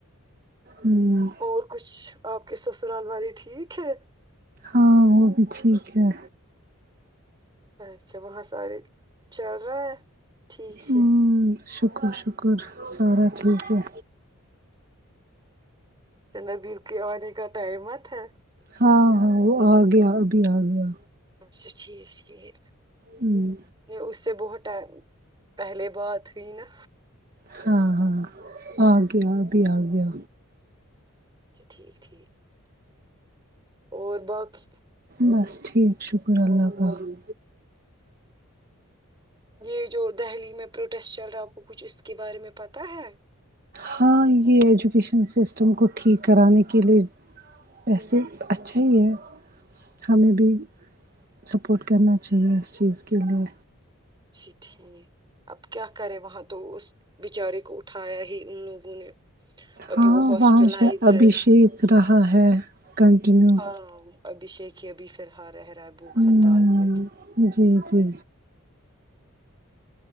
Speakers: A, on the right; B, on the right.
A: ہوں
B: اور کچھ آپ کے سسرال والے ٹھیک ہے
A: ہاں وہ بھی ٹھیک ہے
B: اچھا وہاں سارے چل رہا ہے ٹھیک
A: ہوں
B: سے
A: شکر شکر سارا ٹھیک ہے
B: نبل کے آنے کا ٹائمت ہے
A: ہاں ہاں وہ آ گیا ابھی آ گیا
B: اچھا ٹھیک ٹھیک
A: ہمم
B: یہ اس سے بہت ٹائم پہلے بات ہوئی نا
A: ہاں ہاں آ گیا آبھی آ گیا
B: اچھا ٹھیک ٹھیک اور باقی
A: بس ٹھیک شکر اللہ تعالی
B: یہ جو دہلی میں پروٹیسٹ چل رہاوں کو کچھ اس کے بارے میں پتہ ہے
A: ہاں یہ ایجوکیشن سسٹم کو ٹھیک کرانے کے لیے ویسے اچھا ہی ہے ہمیں بھی سپورٹ کرنا چاہیے اس چیز کے لیے
B: اچھا ٹھیک اب کیا کرے وہاں تو اس بچارے کو اٹھایا ہی ان لوگوں نے ابھی
A: ہاں
B: وہ ہاسٹلائز
A: وہاں سے
B: ہے
A: ابھیشیک رہا ہے کنٹینیو
B: ہاں ابھیشیک ہی ابھی فالحل رہ رہا ہے بھک
A: ہ
B: ہڑتال پہ
A: جی جی